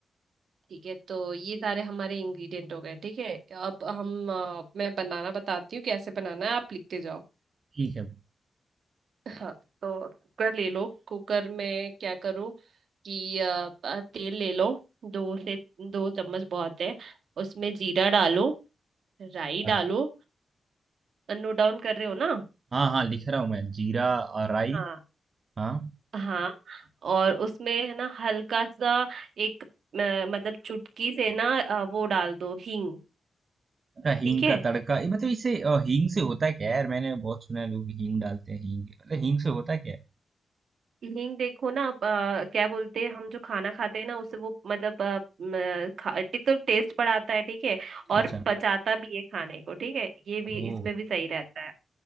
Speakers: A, on the right; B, on the right.
A: ठीक है तो ये सारे हमारे इंग्रेडिएंट हो गए ठीक है अब हम अ, मैं बनाना बताती हूँ कैसे बनाना है आप लिखते जाओ
B: ठीक है
A: हाँ तो कुकर ले लो कुकर में क्या करो कि अ, अ, तेल ले लो दो से दो चम्मच बहुत है उसमें जीरा डालो राई
B: अ-
A: डालो नोट डाउन कर रहे हो ना
B: हाँ हाँ लिख रहा हूँ मैं जीरा अ, राई
A: हाँ
B: हाँ
A: हाँ और उसमें है ना हल्का सा एक अ, मतलब चुटकी से ना अ, वो डाल दो हींग
B: अच्छा हींग
A: ठीक है
B: का तड़का ये मतलब इसे अ, हींग से होता है क्या यार मैंने बहुत सुना है लोग हींग डालते हैं हींग मतलब हींग से होता है क्या
A: हींग देखो ना आप, अ, क्या बोलते हैं हम जो खाना खाते हैं ना उससे वो मतलब अ, म, खा- एक तो टेस्ट बढ़ाता है ठीक है और
B: अच्छा
A: पचाता भी है खाने को ठीक है ये भी
B: ओ
A: इसमें भी सही रहता है